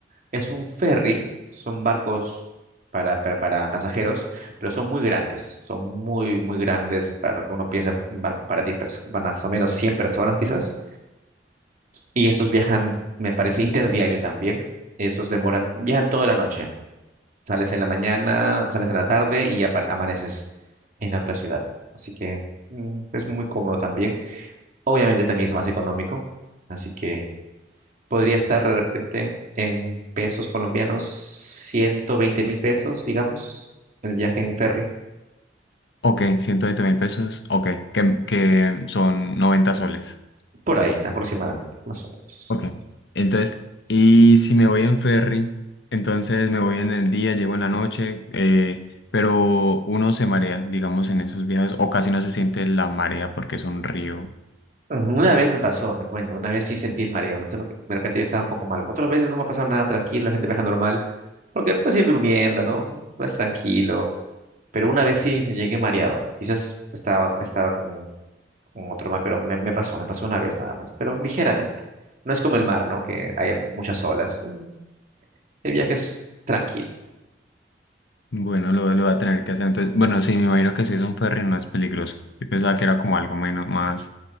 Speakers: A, on the right; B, on the left.
A: Es un ferry, son barcos para, para, para pasajeros, pero son muy grandes, son muy, muy grandes para lo que uno piensa, un barco para 10 personas, más o menos 100 personas quizás. Y esos viajan, me parece, interdiario también. Esos demoran, viajan toda la noche. Sales en la mañana, sales en la tarde y apa- amaneces en otra ciudad. Así que mm, es muy cómodo también. Obviamente también es más económico. Así que podría estar de repente en pesos colombianos, 120 mil pesos, digamos, el viaje en ferry.
B: Ok, ciento veinte mil pesos. Ok, que, que son 90 soles.
A: Por ahí, aproximadamente, más o menos.
B: Ok. Entonces, y si me voy en ferry, entonces me voy en el día, llego en la noche, eh, pero uno se marea, digamos, en esos viajes, o casi no se siente la marea porque es un río.
A: Una vez me pasó, te cuento, una vez sí sentí el mareo, no sé por qué, de repente yo estaba un poco mal. Otras veces no me ha pasado nada tranquilo, la gente viaja normal, porque puedes ir durmiendo, ¿no? Vas tranquilo. Pero una vez sí me llegué mareado. Quizás estaba, estaba con, con otro mar, pero me, me pasó, me pasó una vez nada más, pero ligeramente. No es como el mar, ¿no? Que hay muchas olas. Mm, El viaje es tranquilo,
B: Bueno, lo, lo voy a tener que hacer. Entonces, bueno, sí, me imagino que si es un ferry no es peligroso. Yo pensaba que era como algo menos más.